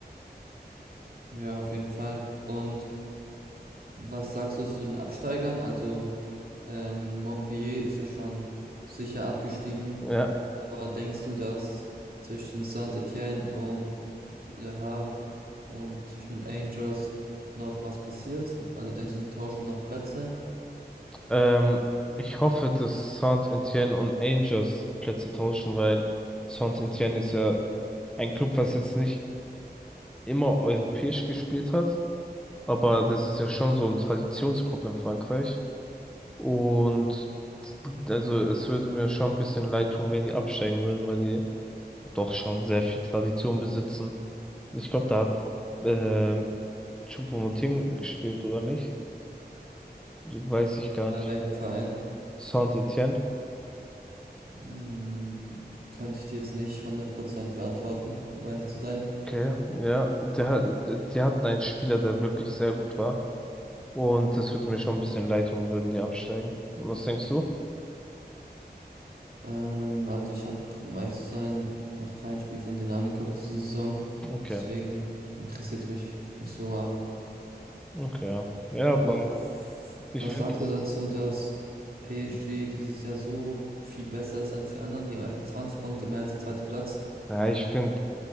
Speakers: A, on the right (about 60°); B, in the centre.
A: Ja, auf jeden Fall. Und was sagst du zu den Absteigern? Also, ähm, Montpellier ist ja schon sicher abgestiegen.
B: Ja,
A: Aber denkst du, dass zwischen Saint-Étienne und Le Havre und zwischen den Angels noch was passiert? Also denkst du, die tauschen noch Plätze?
B: ähm, ich hoffe, dass Saint-Étienne und Angers Plätze tauschen, weil Saint-Étienne ist ja ein Club, was jetzt nicht immer europäisch gespielt hat, aber das ist ja schon so ein Traditionsclub in Frankreich. Und Also es würde mir schon ein bisschen leid tun, wenn die absteigen würden, weil die doch schon sehr viel Tradition besitzen. Ich glaube, da hat äh, Choupo-Moting gespielt, oder nicht? Weiß ich gar
A: Bei
B: nicht.
A: welchem Verein?
B: Saint-Étienne.
A: Hm, Könnte ich dir jetzt nicht hundert Prozent beantworten, um ehrlich zu sein.
B: Okay, ja. Der, hat- die hatten einen Spieler, der wirklich sehr gut war. Und das würde mir schon ein bisschen leid tun, würden die absteigen. Was denkst du?
A: Ähm, also ich habe, um ehrlich zu sein, noch kein Spiel von denen angeguckt diese Saison.
B: Okay,
A: Deswegen interessiert es mich nicht so arg.
B: okay, ja. Ja, aber
A: Aber f-
B: ich
A: was
B: finde,
A: sagst
B: das
A: du dazu,
B: ist.
A: dass PSG dieses Jahr so viel besser ist als die anderen? Die haben einfach 20 Punkte mehr als der zweite Platz.
B: Ja, ich finde,